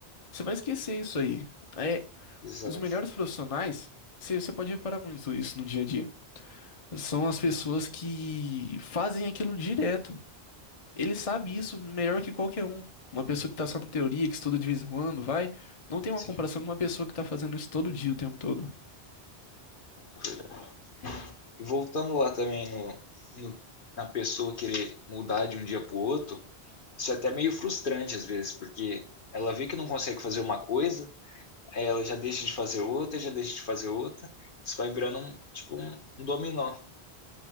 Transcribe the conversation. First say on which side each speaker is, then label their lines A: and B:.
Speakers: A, on the left (about 35°); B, on the left (about 55°).
A: você vai esquecer isso aí. É,
B: Exato,
A: os melhores profissionais, você, você pode reparar muito isso no dia a dia. São as pessoas que fazem aquilo direto. Ele sabe isso melhor que qualquer um. Uma pessoa que tá só na teoria, que estuda de vez em quando, vai, não tem uma
B: sim,
A: comparação com uma pessoa que tá fazendo isso todo dia, o tempo todo.
B: é verdade. E voltando lá também no, no- na pessoa querer mudar de um dia pro outro, isso é até meio frustrante às vezes, porque ela vê que não consegue fazer uma coisa, aí ela já deixa de fazer outra, já deixa de fazer outra, isso vai virando um, tipo, um um dominó.